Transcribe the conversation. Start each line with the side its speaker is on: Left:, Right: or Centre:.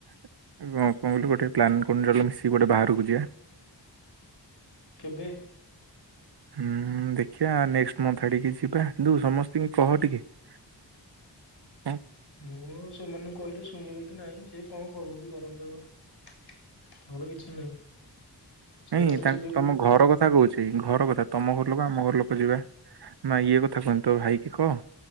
Right: କ କଣ କହିଲି ଗୋଟେ ପ୍ଲାନ କରୁନ ଚାଲ ମିଶିକି ଗୋଟେ ବାହାରକୁ ଯିବା।
Left: କେବେ।
Right: ଉ ଉ ଦେଖିବା ନେକ୍ସ ମନ୍ଥ ଆଡ଼ିକି ଯିବା କିନ୍ତୁ ସମସ୍ତଙ୍କୁ କହ ଟିକେ। <inaudible>
Left: ମୁଁ ସେମାନଙ୍କୁ କହିଲେ ଶୁଣିବେ କି ନାଇଁ। କିଏ କଣ କରନ୍ତି କରନ୍ତୁ ଆଗ ଆମର କିଛି ନାହିଁ ସେ
Right: ନାଇଁ
Left: କୁଆଡେ
Right: ତା
Left: ଯିବେ ବୋଲି
Right: ତମ
Left: କହୁଛି
Right: ଘର କଥା କହୁଚି ଘର କଥା ତମ ଘର ଲୋକ ଆମ ଘର ଲୋକ। ଯିବା ମା ଇଏ କଥା କଉନି ତ ଭାଇକି କହ।